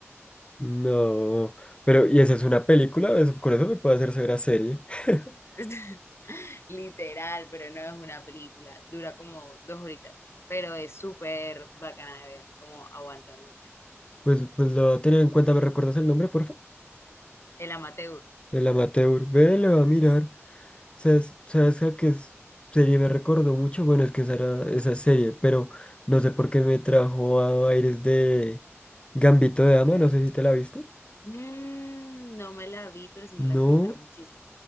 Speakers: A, on the left (about 25°); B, on the left (about 60°).
A: no. Pero, ¿y esa es una película? Eso, con eso me puede hacer ver a serie. <laughs>
B: <laughs> Literal, pero no es una película. Dura como dos horitas, pero es súper bacana de ver, como aguanta mucho.
A: Pues, pues lo voy a tener en cuenta. ¿Me recuerdas el nombre, porfa?
B: El amateur.
A: El amateur. Ve, le va a mirar. ¿Sabes, sabes a qué s- serie me recordó mucho? Bueno, es que esa era esa serie, pero no sé por qué me trajo a aires de Gambito de Dama. No sé si te la viste.
B: Mm, no me la vi, pero sí me la
A: No.
B: recomendaron muchísimo.